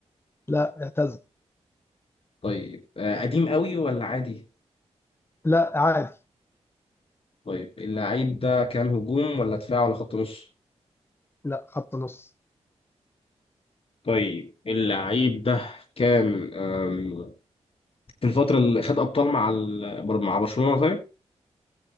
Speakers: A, on the left; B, on the left.
A: لا اعتزل
B: طيب آه، قديم قوي ولا عادي
A: لا عادي
B: طيب اللعيب ده كان هجوم ولا دفاع ولا خط نص
A: لا خط نص
B: طيب اللعيب ده كان آم، في الفترة اللي خد أبطال مع ال- مع برشلونة طيب